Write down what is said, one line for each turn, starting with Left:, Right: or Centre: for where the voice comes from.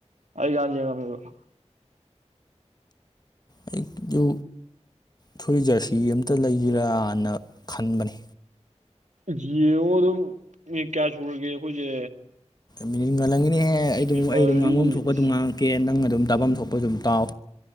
Right: ꯑꯩꯒꯤꯍꯟ ꯌ‌‌ꯦꯡꯉꯝꯃ‍ꯦꯕ
Left: ꯑꯩ ꯗꯨ ꯊꯨꯏ ꯖꯔꯁꯤ ꯑꯃꯝꯇ ꯂꯩꯖꯤꯔꯅ ꯈꯟꯕꯅꯤ
Right: ꯖꯤꯌ‌ꯦꯡꯑꯣ ꯑꯗꯨꯝ ꯃꯤꯅꯤꯠ ꯀꯌꯥ ꯁꯨꯔꯒꯦ ꯑꯩꯈꯣꯏꯁꯦ꯫
Left: ꯃꯤꯅꯤꯠ ꯉꯜꯍꯂꯝꯒꯅꯤꯍꯦ ꯑꯩ ꯑꯗꯨꯝ
Right: ꯃꯤꯅꯤꯠ
Left: ꯑꯩ
Right: ꯃꯔꯤ
Left: ꯑꯗꯨꯝ ꯉꯥꯡꯐꯝ ꯊꯣꯛꯄ
Right: ꯑꯁ
Left: ꯑꯗꯨꯝ ꯉꯥꯡꯉ ꯀꯦ ꯅꯪ ꯑꯗꯨꯝ ꯇꯥꯐꯝ ꯊꯣꯛꯄ ꯑꯗꯨꯝ ꯇꯥꯎ